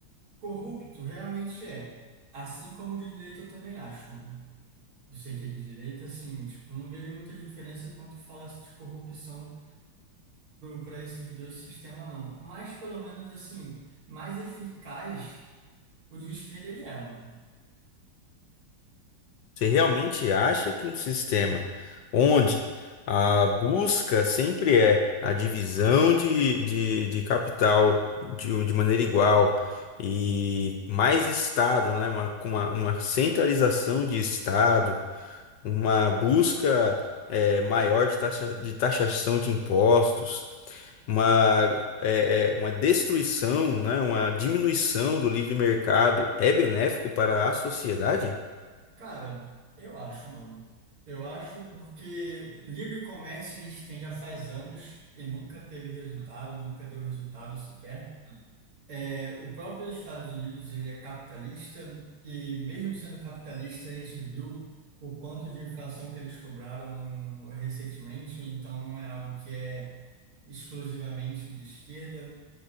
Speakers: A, on the right (about 80°); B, on the left (about 65°).
A: Corrupto realmente é. Assim como o de direita eu também acho, mano. Eu sei que é de direita, assim, tipo, eu não vejo muita diferença quanto fala de corrupção para esses dois sistemas, não. Mas, pelo menos, assim, mais eficaz o de esquerda ele é, mano.
B: Você realmente acha que um sistema onde a busca sempre é a divisão de, de, de capital de, de maneira igual e mais Estado, né? Uma, com uma, uma centralização de Estado, uma busca eh, maior de taxa, de taxação de impostos, uma, eh, eh, uma destruição, né? Uma diminuição do livre mercado é benéfico para a sociedade?
A: Cara, eu acho, mano. Eu acho porque livre comércio a gente tem já faz anos e nunca teve resultado, nunca deu resultado sequer. É, o próprio Estados Unidos ele é capitalista e mesmo sendo capitalista a gente viu o quanto de inflação que eles cobraram recentemente, então não é algo que é exclusivamente de esquerda.